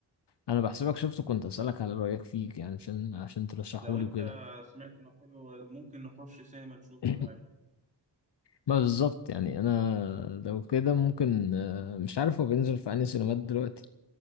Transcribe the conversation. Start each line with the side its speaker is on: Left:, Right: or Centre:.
Left: انا بحسبك شفته كنت اسالك على رايك فيك يعني عشان عشان ترشحهولي
Right: لو انت
Left: وكده
Right: سمعت انه حلو ممكن نخش سينما نشوف
Left: <clears throat>
Right: ولا حاجة
Left: ما بالظبط يعني انا لو كده ممكن آه، مش عارف هو بينزل في انهي سينمات دلوقتي